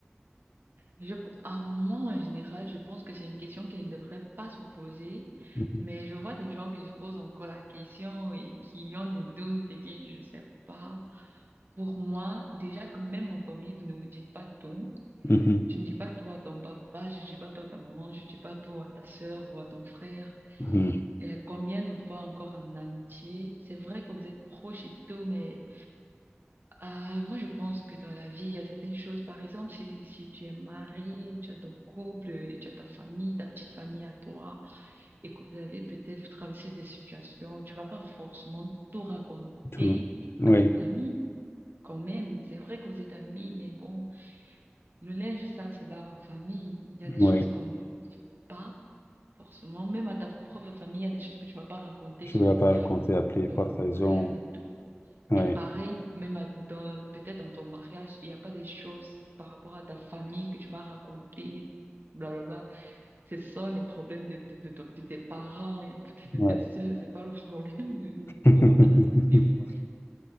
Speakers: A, on the right; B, on the left.
A: je, à moi en général, je pense que c'est une question qui ne devrait pas se poser,
B: Mhm,
A: mais je vois des gens qui se posent encore la question et qui ont des doutes et qui, je sais pas. Pour moi, déjà que même en famille, vous ne vous dites pas tout.
B: mhm,
A: Tu ne dis pas toi à ton papa, je ne dis pas toi à ta maman, je ne dis pas toi à ta sœur ou à ton frère.
B: mhm,
A: Et combien de fois encore en amitié, c'est vrai que vous êtes proches et tout, mais euh, moi je pense que dans la vie, il y a certaines choses. Par exemple, si, si tu es marié, tu as ton couple, tu as ta famille, ta petite famille à toi, et que vous avez peut-être, vous traversez des situations, tu vas pas forcément tout raconter
B: Tout. Oui,
A: à ton ami. Quand même, c'est vrai que vous êtes amis, mais bon. Le linge sale se lave en famille. Il y a des
B: oui,
A: choses qu'on ne dit pas forcément. Même à ta propre famille, il y a des choses que tu vas pas raconter
B: je
A: sur
B: ne dois pas raconter à plus
A: ton
B: forte
A: mariage
B: raison.
A: et tout.
B: Oui,
A: Et pareil, même à- dans, peut-être dans ton mariage, il n'y a pas des choses par rapport à ta famille que tu vas raconter, blablabla. Ce sont les problèmes de, de, de, ton- de tes parents et peut-être de
B: oui.
A: tes soeurs. C'est pas le problème de, de
B: <laughs>
A: ton de ton époux.